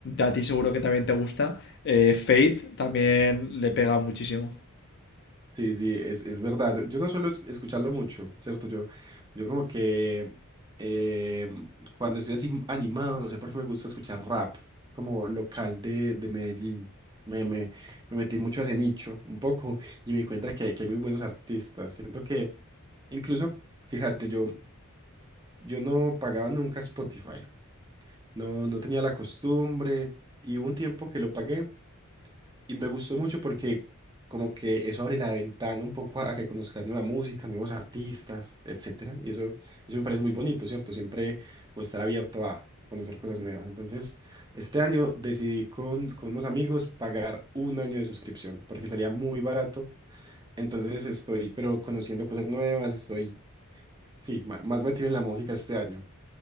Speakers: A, on the left; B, on the right.
A: a ti seguro que también te gusta. Eh, Fate
B: ujú,
A: también le
B: ujú.
A: pega muchísimo.
B: Sí, sí, es, es verdad. Yo no suelo es- escucharlo mucho, ¿cierto? Yo, yo como que eh, cuando estoy así animado, no sé por qué me gusta escuchar rap, como local de, de Medellín. Me, me, me metí mucho a ese nicho, un poco, y me di cuenta que, hay- que hay muy buenos artistas. Siento que Incluso, fíjate, yo, yo no pagaba nunca Spotify, no, no tenía la costumbre y hubo un tiempo que lo pagué y me gustó mucho porque como que eso abre la ventana un poco a, a que conozcas nueva música, nuevos artistas, etcétera. Y eso, eso me parece muy bonito, ¿cierto? Siempre como estar abierto a conocer cosas nuevas. Entonces, este año decidí con, con unos amigos pagar un año de suscripción porque salía muy barato. Entonces estoy, pero conociendo cosas nuevas, estoy Sí, ma- más metido en la música este año.